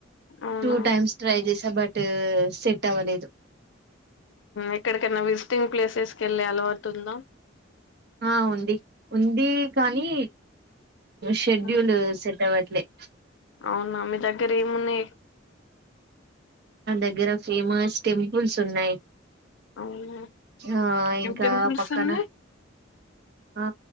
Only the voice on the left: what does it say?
అవునా
ఎక్కడికన్నా విజిటింగ్ ప్లేసెస్కి వెళ్లే అలవాటుందా
ఉహు,
అవునా మీ దగ్గర ఏమున్నాయి
అవునా
ఏం
టెంపుల్స్
ఉన్నాయి